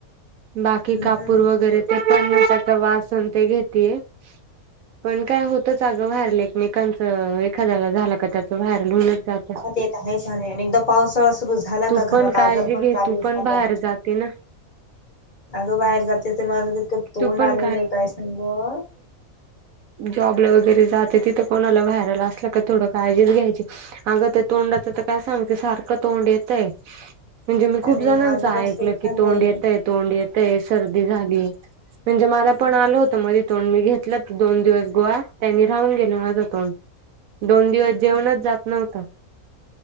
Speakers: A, on the right (about 75°); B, on the left (about 35°).
A: बाकी
B: हम्
A: कापूर
B: हम्
A: वगैरे ते पण आता वाचन ते घेतय. पण काय होतंच अगं व्हायरल एकमेकांचं एखाद्याला झालं का त्याचं व्हायरल होनच जात.
B: येत आहे ले एकदा पावसाळा सुरु झाला.
A: तू
B: का
A: पण
B: घरात
A: काळजी
B: आजार पण
A: घे
B: चालू
A: तू
B: झालं.
A: पण बाहेर जाते ना
B: अगं बाहेर जाते ते माझं तितकं तोंड
A: तू पण
B: आलेलंय काय सांग.
A: जॉब ला वगैरें जातं. तिथ कोणाला व्हाय अस थोड काळजीच घ्यायची अग तोडा. काय सांगते सारखं तोंड येतय म्हणजे मी खूप
B: अरे
A: जणांच
B: माझं पण
A: ऐकलं
B: तेच
A: की
B: झालंय
A: तोंड येतय. तोंड येतय सर्दी झाली म्हणजे मला पण आलं होत मधे तों मी घेतलं दोन दिवस गोवा त्यांनी राहून गेलं माझं तोंड. दोन दिवस जेवणच जात नव्हत.